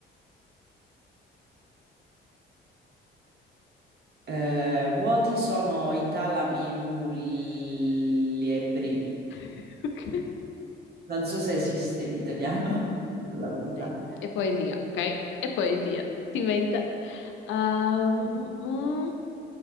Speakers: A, on the right; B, on the left.
A: Eh, vuoti sono i talami muliebri.
B: <laughs> Ok.
A: Non so se esiste in italiano, <laughs> ti dico la verità.
B: Ok, E poesia, ok? E poesia, si inventa. Ehm, mm, mm.